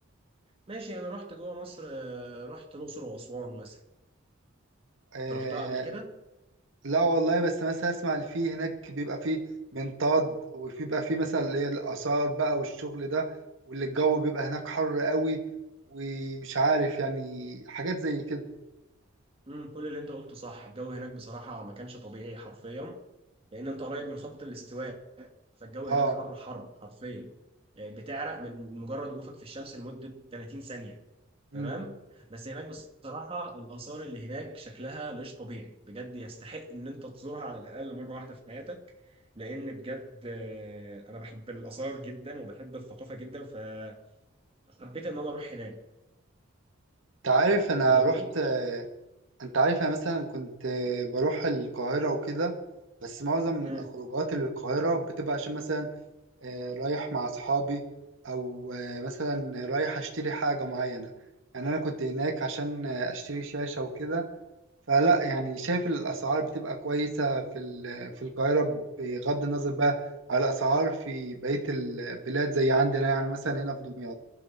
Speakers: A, on the right (about 30°); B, on the right (about 65°).
A: ماشي أنا رحت جوه مصر آه، رحت الأقصر وأسوان مثلا
B: آه
A: أنت رحتها قبل كده؟
B: لا والله بس مثلا اسمع اللي فيه هناك بيبقى فيه منطاد وبيبقى فيه مثلا اللي هي الآثار بقى والشغل ده واللي الجو بيبقى هناك حر قوي ومش عارف يعني حاجات زي كده
A: امم كل اللي أنت قلته صح الجو هناك بصراحة ما كانش طبيعي حرفيا لأن أنت قريب من خط الاستواء فالجو هناك
B: اه
A: حر حر حرفيا يعني بتعرق من مجرد وقوفك في الشمس لمدة 30 ثانية
B: امم
A: تمام بس هناك بصراحة الآثار اللي هناك شكلها مش طبيعي بجد يستحق إن أنت تزورها على الأقل مرة واحدة في حياتك لأن بجد آه، أنا بحب الآثار جدا وبحب الثقافة جدا فحبيت إن أنا أروح هناك
B: انت عارف انا
A: فاهمني؟
B: رحت آه، انت عارف انا مثلا كنت آه، بروح القاهرة وكده بس معظم
A: مم.
B: خروجات القاهرة بتبقى عشان مثلا آه، رايح مع أصحابي أو آه، مثلا رايح أشتري حاجة معينة يعني أنا كنت هناك عشان آه، أشتري شاشة وكده فلا يعني شايف الأسعار بتبقى كويسة في ال- في القاهرة بغض النظر بقى على الأسعار في بقية البلاد زي عندنا يعني مثلا هنا في دمياط